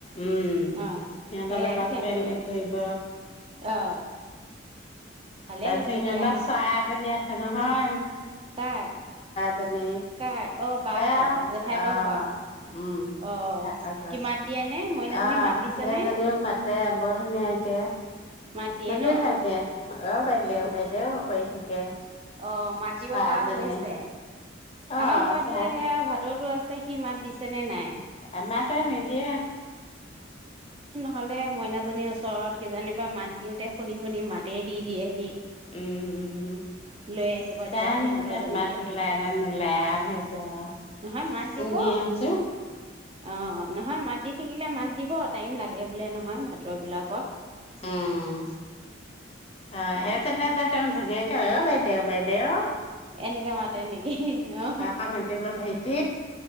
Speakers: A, on the left; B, on the right.
A: উ'ম
B: অ
A: সিহঁতৰ
B: সেয়াই
A: লগতে
B: সিহঁতৰ
A: খেলিফুৰিব।
B: লগত অ ভালে
A: তাৰপিছত
B: হৈছে
A: সিহঁতৰ
B: দিয়া
A: চৰাই এজনী আছে। নহয়।
B: কাৰ
A: <inaudible> জনী
B: কাৰ অ বাহঁতৰ
A: এয়া
B: জেঠাইকৰ
A: অ',
B: ঘৰত
A: উ'ম উ'ম
B: অ
A: জেঠাইকৰ ঘৰত
B: কি মাত দিয়ে নে মইনাজনী
A: অ
B: মাত দিছে
A: হেইজনীও
B: নে
A: মাতে বৰ ধুনীয়াকে
B: মাত দিয়ে
A: মাতি
B: ন
A: থাকে। অ', বাইদেউ
B: অ
A: বাইদেউ কৰি থাকে।
B: অ', মাত
A: চৰাইজনীয়ে
B: দিব পৰা হৈছে।
A: অ
B: আমাৰ ঘৰত
A: চৰাই
B: যে সেয়া ভাতৌটো আছে সি মাত দিছে। তেনে নাই
A: আমাৰ তাই নিদিয়ে।
B: হ'লে মইনাজনীৰ ওচৰত কিজানিবা মাত দিওঁতে শুনি শুনি মাতে দি দিয়ে।
A: উ'ম উ'ম
B: লৈ আহিব
A: জানো
B: দিবা সিহঁতৰজনীকে
A: এতিয়া মাত ওলাই নে নোলাই। বেয়া হে এইটোয়া
B: নহয় মাত
A: পুহি
B: দিব
A: আছো।
B: অ', অ', নহয় মাত দি থাকিলে মাত দিব টাইম লাগে। বোলে নহয় ভাটৰ বিলাকৰ
A: উম অ
B: এ
A: সেই তেনে যে তেওঁ ধুনীয়াক। অ- বাইদেউ, বাইদেউ
B: এনেকে মাতে নেকি? অ
A: আকৌ মাতিব ভাইটি